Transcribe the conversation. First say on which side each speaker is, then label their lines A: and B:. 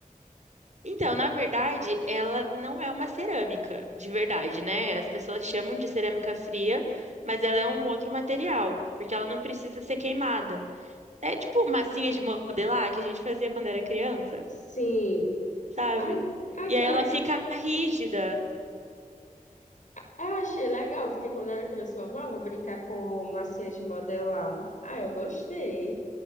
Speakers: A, on the right; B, on the left.
A: Então, na verdade, ela não é uma cerâmica de verdade, né? As pessoas chamam de cerâmica fria, mas ela é um outro material, porque ela não precisa ser queimada. É tipo massinha de modelar que a gente fazia quando era criança,
B: Sim.
A: sabe?
B: Ai, ai,
A: E
B: que
A: aí
B: legal.
A: ela fica rígida.
B: Ah, Eu achei legal, porque quando eu era criança eu amava brincar com massinha de modelar. Ah, eu gostei.